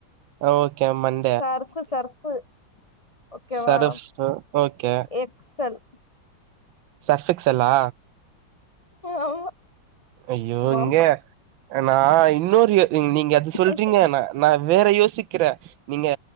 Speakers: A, on the right; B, on the left.
A: ஓகே மண்
B: சரப்பு சர்கப்பு ஓகேவா
A: சர்ஃப் ஓகே
B: எக்ஸல்
A: சர்ஃப் எக்ஸெல்லா
B: ஆமா
A: ஐயோ இங்க
B: ஆமா
A: நா இன்னொரு நீங்க அது
B: ஆமா
A: சொல்றீங்கன நா வேற யோசிக்கிற நீங்க